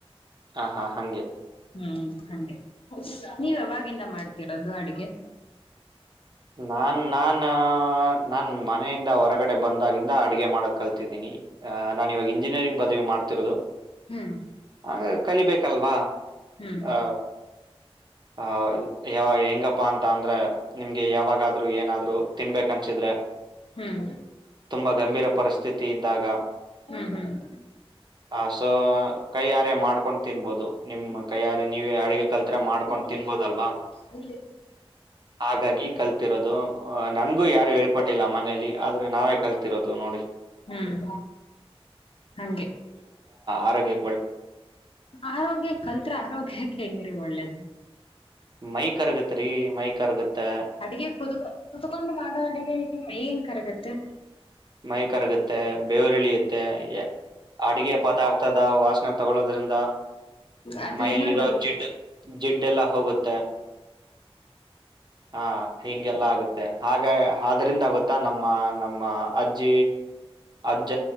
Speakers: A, on the right; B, on the left.
A: ಹ ಹಾ ಹಂಗೆ
B: ಹ್ಮ್ ಹಂಡೆ ನೀವ ಯಾವಾಗಿಂದ ಮಾಡ್ತಿರೋದು ಅಡಗೆ
A: ನಾನ್ ನಾನ್ ನಾನ್ ಮನೆಯಿಂದ ಹೊರಗಡೆ ಬಂದಾಗಿಂದ ಅಡಗೆ ಮಾಡಕ್ ಕಲ್ತಿದ್ದೀನಿ ನಾ ಇವಾಗ ಇಂಜಿನಿಯರಿಂಗ್ ಪದವಿ ಮಾಡ ಭತ್ತಿರದು
B: ಹ್ಮ್
A: ಹ ಕಲಿಬೇಕಲ್ವಾ
B: ಹ್ಮ್
A: ಅ ಅ ಯ ಹೆಂಗಪ್ಪಾ ಅಂತ ಅ ಅಂದ್ರೆ ನಿಮ ಗೆ ಯಾವಾಗಾದರೂ ಏನಾದ್ರು ತಿನ್ಬೇಕ ಅನ್ಸಿದ್ರೆ
B: ಹ್ಮ್
A: ತುಂಬಾ ಗಂಭೀರ ಪರಿಸ್ಥಿತಿ ಇದ್ದಾಗ
B: ಹ್ಮ್ ಹ್ಮ್
A: ಅ ಸೊ ಕೈಯಾರೆ ಮಾಡ್ಕೊಂಡು ತಿನ್ಬಹದು ನಿಮ್ಮ್ ಕೈಯಾರೆ ನೀವೇ ಅಡುಗೆ ಕಲ್ತ್ರೆ ಮಾಡ್ಕೊಂಡು
B: ಹ್ಮ್
A: ತಿನ್ಬೋದಲ್ವಾ ಹಾಗಾಗಿ ಕಲ್ತಿರೋದು ನನ್ಗೂ ಯಾರು ಹೇಳ್ಕೊಟ್ಟಿಲ್ಲ ಮನಲಿ ಆದ್ರೆ ನಾವೇ ಕಲ್ತಿರೋದು ನೋಡಿ
B: ಹ್ಮ್ ಹಗೆ
A: ಆರೋಗ್ಯ
B: ಆರೋಗ್ಯ ಕಲ್ತ್ರ ಆರೋಗ್ಯಕ್ಕೆ ಹೆಂಗ್ರೀ ಒಳ್ಳೇದು
A: ಮೈ ಕರಗತ್ ರೀ ಮೈ ಕರಗತ್ತೆ
B: ಅಡಗೆ ಕುದುಕ ಕತ್ಕೊಂಡು ಮಾಡೋ ಅಡಗೆ ಈಗೆ ಮೈ ನ್ ಕರಗತ್ತ <inaudible>
A: ಮೈ ಕರಗುತ್ತೆ ಬೇವರಿಳಿಯುತ್ತೆ ಅಡುಗೆ ಪದಾರ್ಥದ ವಾಸನೆ ತಗೊಳ್ಳೋದ್ರಿಂದ
B: ಅದು
A: ಮೈಲಿರೋ
B: ಇನ್ನೂ ದಪ್ಪ
A: ಜಿಡ್ ಜಿಡ್ಡೆ ಎಲ್ಲ ಹೋಗುತ್ತೆ ಹ ಹಿಂಗೆಲ್ಲ ಆಗುತ್ತೆ ಹಾಗೆ ಆದ್ರಿಂದ ಗೊತ್ತಾ ನಮ್ಮ ನಮ್ಮ್ ಅಜ್ಜ ಅಜ್ಜ